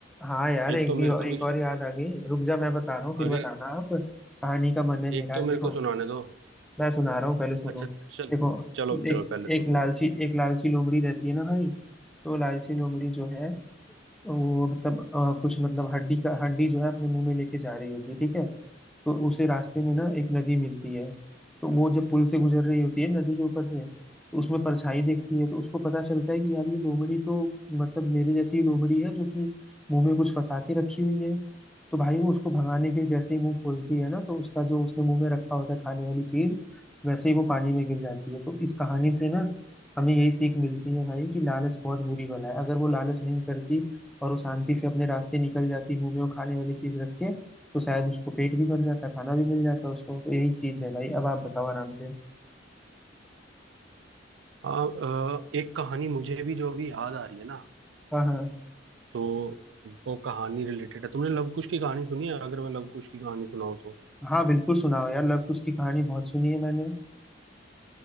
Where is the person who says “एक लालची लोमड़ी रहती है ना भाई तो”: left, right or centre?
Centre